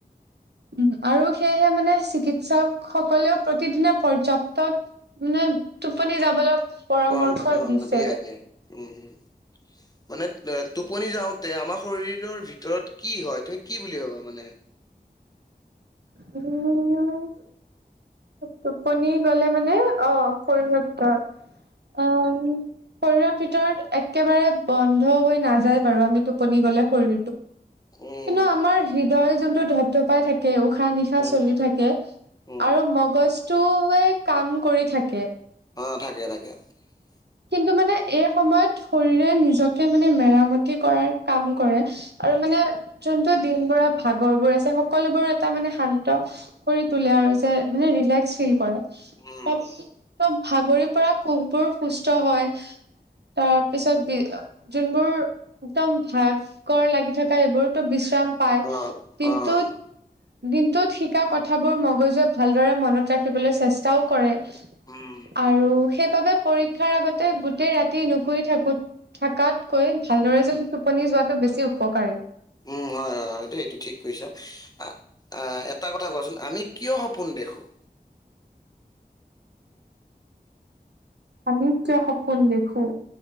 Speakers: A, on the right; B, on the left.
A: উম, আৰু সেয়েহে মানে চিকিৎসক সকলেও প্ৰতিদিনে পৰ্যাপ্ত। <unintelligible> ন টোপনি যাবলৈ পৰামৰ্শ
B: পাম
A: দিছে
B: অ দিয় আজি উম! <unintelligible> মানে টোপনি যাওঁতে আমাৰ শৰীৰৰ ভিতৰত কি হয় তুম কি বুলি ভাবা মানে?
A: উম! টোপনি গলে মানে অ শৰীৰৰ অ
B: উম।
A: শৰীৰৰ ভিতৰত একেবাৰে বন্ধ হৈ নাযায় বাৰু আমি টোপনি গ'লে শৰীৰ
B: উম,
A: কিন্তু আমাৰ হৃদয় যোনটো ধপ-ধপাই থাকে। উশাহ-নিশাহ
B: উম,
A: চলি থাকে
B: উম,
A: আৰু ম। বস্তুৱে কাম কৰি থাকে।
B: অ থাকে, থাকে।
A: কিন্তু মানে এই সময়ত শৰীৰে নিজকে মানে মেৰামতি কৰাৰ কাম কৰে। আৰু মানে যোনটো দিন বৰা। ভাগৰ বোৰ আছে সকলোবোৰ এটা মানে শান্ত কৰি তোলে আৰু যে মানে ৰিলেক্স ফিল কৰে
B: উম,
A: ত ভাগৰিৰ পৰা খুববোৰ সুস্থ হয়। তাৰ পিছত বি যোনবোৰ একদম ভাগ লাগি থকা সেইবোৰতো পায়
B: অ',
A: কিন্তু।
B: অ',
A: দিনটোত শিকা কথাবোৰ মগজুৱ ভালদৰে মনত ৰাখিবলৈ চেষ্টাও কৰে।
B: উম,
A: আৰু সেইবাবে পৰীক্ষাৰ আগতে গোটেই ৰাতি নুশুই থাকো। থকাতকৈ ভালদৰে যদি টোপনি যোৱাটো বেছি উপকাৰী
B: উম, হয়-হয়-হয় দে এইটো ঠিক কৰিছা আ <inaudible> এটা কথা কোৱাচোন আমি কিয় সপোন দেখোঁ?
A: আমি কিয় সপোন দেখো?